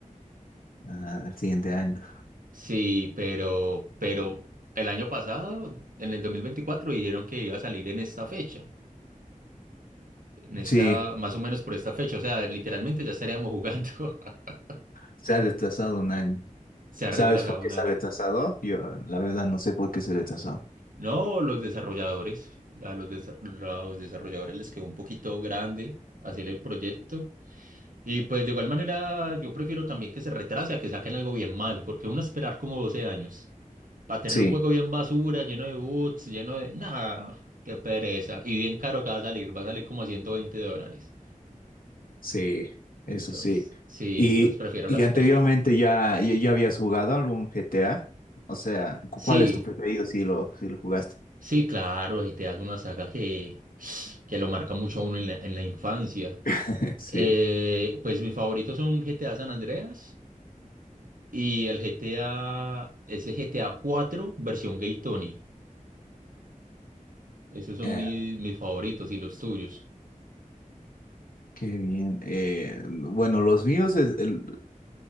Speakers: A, on the left (about 90°); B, on the right (about 75°).
A: Ah, el siguiente año.
B: Sí, pero, pero el año pasado, en el 2024, dijeron que iba a salir en esta fecha, en esta,
A: Sí,
B: más o menos por esta fecha, o sea, literalmente ya estaríamos jugando. <laughs>
A: se ha retrasado un año.
B: Se ha
A: ¿Sabes
B: retrasado
A: por qué
B: un
A: se
B: año.
A: ha retrasado? Yo, la verdad, no sé por qué se retrasó.
B: No, los desarrolladores, a los, desa- los desarrolladores les quedó un poquito grande hacer el proyecto. Y pues de igual manera, yo prefiero también que se retrase a que saquen algo bien malo, porque uno esperar como 12 años. Para tener
A: Sí.
B: un juego bien basura, lleno de boots, lleno de... nada qué pereza. Y bien caro que va a salir, va a salir como a 120 dólares.
A: Sí,
B: Entonces,
A: eso sí.
B: sí,
A: Y,
B: entonces prefiero
A: y
B: la espera.
A: anteriormente ya, ya, ya habías jugado algún GTA. O sea, cu-
B: Sí,
A: ¿cuál es tu preferido si lo, si lo jugaste?
B: sí, claro, y te das una saga que, que lo marca mucho a uno en la, en la infancia.
A: <laughs> Sí.
B: Eh, pues mis favoritos son GTA San Andreas y el GTA, ese GTA 4 versión Gay Tony. Esos son
A: Eh,
B: mis, mis favoritos y los tuyos.
A: qué bien. Eh, bueno, los míos, es el-